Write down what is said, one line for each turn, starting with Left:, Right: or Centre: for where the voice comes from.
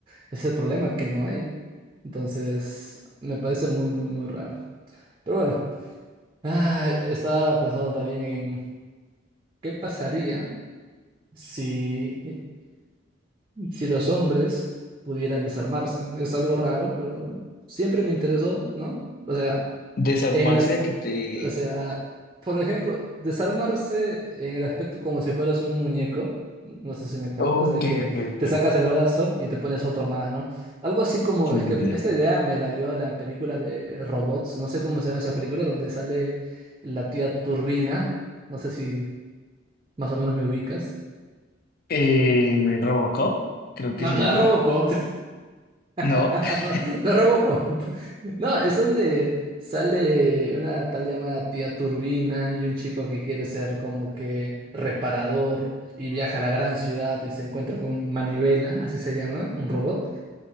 Right: ese es el problema que no hay. Entonces, me parece muy, muy, muy raro. Pero bueno, ah, estaba pensando también en qué pasaría si, si los hombres pudieran desarmarse. Es algo raro, pero siempre me interesó, ¿no? O sea,
Left: Desarmarse
Right: En el as-
Left: a que te...
Right: o sea, por ejemplo, desarmarse en el aspecto como si fueras un muñeco, no sé si me captas,
Left: Ok,
Right: de que
Left: ok, ok.
Right: te sacas el brazo y te pones otro más, ¿no? Algo así como,
Left: Sí,
Right: es que
Left: sí, sí.
Right: esta idea me la dio la película de Robots, no sé cómo se llama esa película, donde sale la tía Turbina, no sé si más o menos me ubicas.
Left: Eh, Robocop, creo
Right: No,
Left: que se
Right: no
Left: llama.
Right: es Robocop,
Left: ¿No?
Right: <laughs>
Left: <laughs>
Right: No, no Robocop. <laughs> No, es donde sale una tal llamada tía Turbina y un chico que quiere ser como que reparador y viaja a la gran ciudad y se encuentra con Manivela, así se llama, un robot,